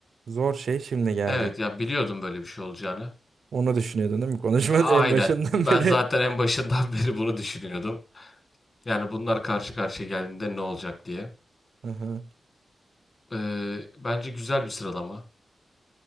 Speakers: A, on the right; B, on the left.
A: Zor şey şimdi geldi.
B: Evet ya biliyordum böyle bir şey olacağını.
A: Onu düşünüyordun değil mi? Konuşmanın
B: Aynen.
A: en başından
B: Ben
A: <laughs> beri.
B: zaten en başından <laughs> beri bunu düşünüyordum. Yani bunlar karşı karşıya geldiğinde ne olacak diye.
A: Aha.
B: Ee, bence güzel bir sıralama.